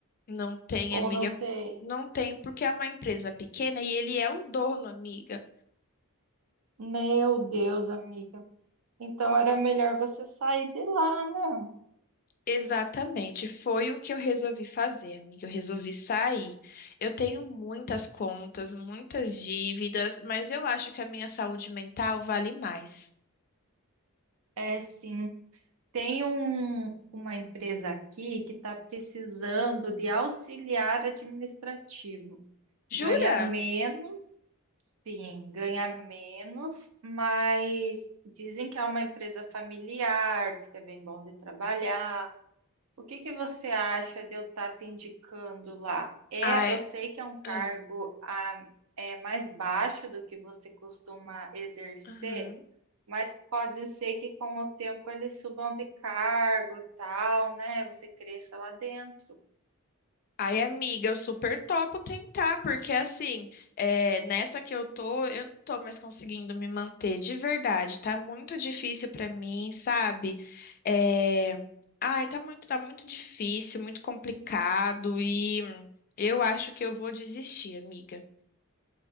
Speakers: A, on the left (about 40°); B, on the right (about 70°).
A: Não tem,
B: Ou
A: amiga.
B: não tem?
A: Não tem, porque é uma empresa pequena e ele é o dono, amiga.
B: Meu Deus, amiga. Então era melhor você sair de lá, né?
A: Exatamente, foi o que eu resolvi fazer, amiga. Eu resolvi sair. Eu tenho muitas contas, muitas dívidas, mas eu acho que a minha saúde mental vale mais.
B: É sim. Tem um, uma empresa aqui que está precisando de auxiliar administrativo. Ganha
A: Jura?
B: menos, sim, ganha menos, mas dizem que é uma empresa familiar, diz que é bem bom de trabalhar. O que que você acha de eu estar te indicando lá? É,
A: Ai,
B: eu sei que é um cargo
A: ah,
B: ah, é mais baixo do que você costuma exercer,
A: aham.
B: mas pode ser que com o tempo eles subam de cargo, tal, né? Você cresça lá dentro.
A: Ai, amiga, eu super topo tentar, porque assim, é, nessa que eu tô, eu não tô mais conseguindo me manter de verdade. Tá muito difícil pra mim, sabe? É, ai, tá muito, tá muito difícil, muito complicado e hum, eu acho que eu vou desistir, amiga.